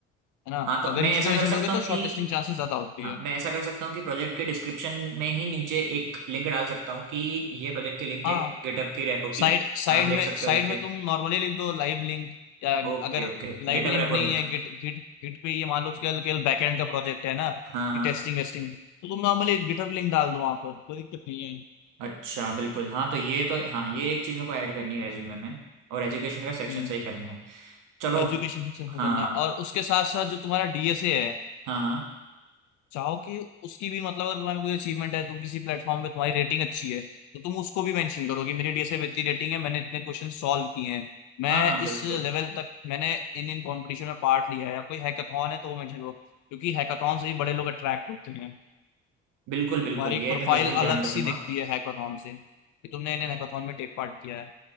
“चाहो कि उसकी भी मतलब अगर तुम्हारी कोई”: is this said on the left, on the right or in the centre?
Left